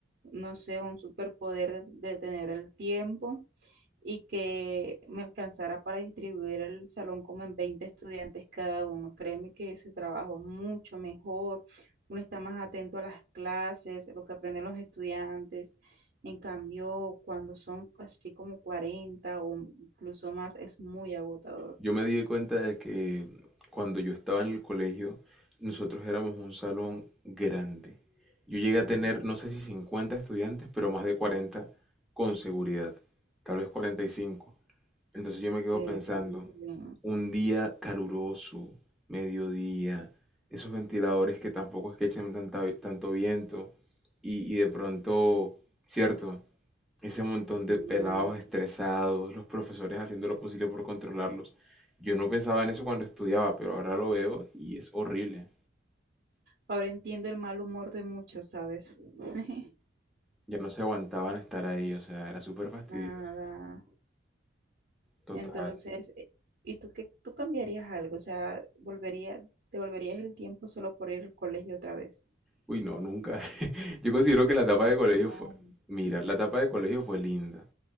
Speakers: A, on the right; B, in the centre.
A: no sé, un superpoder de, de tener el tiempo y que me alcanzara para distribuir el salón como en 20 estudiantes cada uno. Créeme que ese trabajo es mucho mejor, uno está más atento a las clases, lo que aprenden los estudiantes. En cambio, cuando son así como 40 o incluso más, es muy agotador.
B: Yo me di cuenta de que cuando yo estaba en el colegio, nosotros éramos un salón grande. Yo llegué a
A: Mm.
B: tener, no sé si 50 estudiantes, pero más de 40 con seguridad, tal vez cuarenta y cinco Entonces yo me quedo
A: Terrible.
B: pensando, un día caluroso, mediodía, esos ventiladores que tampoco es que echen tanta vi- tanto viento y, y de pronto, cierto, ese montón
A: Sí.
B: de pelados estresados, los profesores haciendo lo posible por controlarlos. Yo no pensaba en eso cuando estudiaba, pero ahora lo veo y es horrible.
A: Ahora entiendo el mal humor de muchos, ¿sabes? <laughs>
B: Ya no se aguantaban estar ahí, o sea, era súper fastidioso.
A: Nada.
B: Total.
A: Entonces, eh, ¿y tú qué, tú cambiarías algo? O sea, volvería, ¿te volverías el tiempo solo por ir al colegio otra vez?
B: Uy, no, nunca. <laughs> Yo considero que la etapa
A: ¿Por
B: de
A: qué
B: colegio
A: no?
B: fue... Mira, la etapa de colegio fue linda.